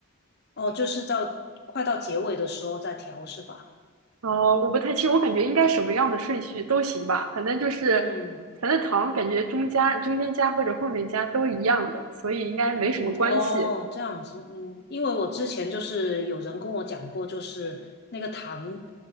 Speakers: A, on the left; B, on the right.
A: 哦，就是到快到结尾的时候再调是吧？
B: 哦，我不太清，我感觉应该什么样的顺序都行吧，反正就是，
A: 嗯。
B: 反正糖感觉中加、中间加或者后面加都一样的，所以应该没什么关系。
A: 嗯，哦，这样子，嗯，因为我之前就是有人跟我讲过，就是那个糖